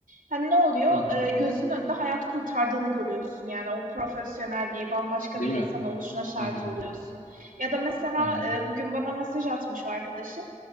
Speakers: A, on the right; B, on the left.
A: Hani ne oluyor?
B: hı hı.
A: E, gözünün önünde hayat kurtardığını görüyorsun. Yani o profesyonel diye bambaşka
B: Değil
A: bir
B: mi?
A: insan oluşuna şahit
B: Hı hı
A: oluyorsun. Ya da mesela
B: hı hı
A: e, bugün bana mesaj atmış o arkadaşım.